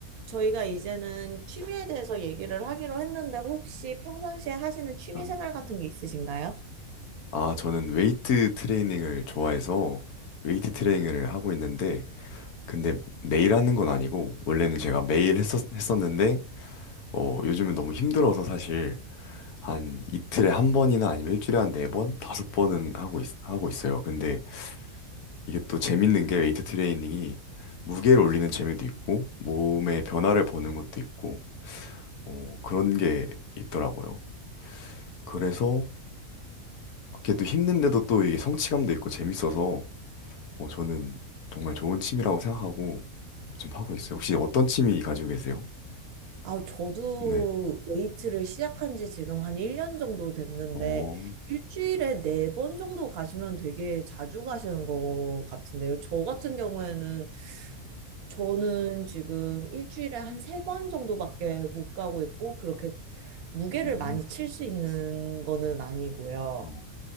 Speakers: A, on the right; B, on the left.
A: 저희가 이제는 취미에 대해서 얘기를 하기로 했는데 혹시 평상시에 하시는 취미
B: 아,
A: 생활 같은 게 있으신가요?
B: 아, 저는 웨이트 트레이닝을 좋아해서 웨이트 트레이닝을 하고 있는데, 근데 매일 하는 건 아니고, 원래는 제가 매일 했었, 했었는데, 어, 요즘은 너무 힘들어서 사실 한 이틀에 한 번이나 아니면 일주일에 한 네 번, 다섯 번은 하고 있, 하고 있어요. 근데 이게 또 재밌는 게 웨이트 트레이닝이 무게를 올리는 재미도 있고 몸의 변화를 보는 것도 있고 어, 그런 게 있더라고요. 그래서
A: 어.
B: 이게 또 힘든데도 또 이게 성취감도 있고 재밌어서 어, 저는 정말 좋은 취미라고 생각하고 요즘 하고 있어요. 혹시 어떤 취미 가지고 계세요?
A: 아, 저도
B: 네.
A: 웨이트를 시작한 지 지금 한 1년 정도 됐는데
B: 어,
A: 일주일에 4번 정도 가시면 되게 자주 가시는 것 같은데요. 저 같은 경우에는 저는 지금 일주일에 한 세 번 정도밖에 못 가고 있고, 그렇게 무게를
B: 음,
A: 많이 칠 수 있는 거는 아니고요.
B: 어,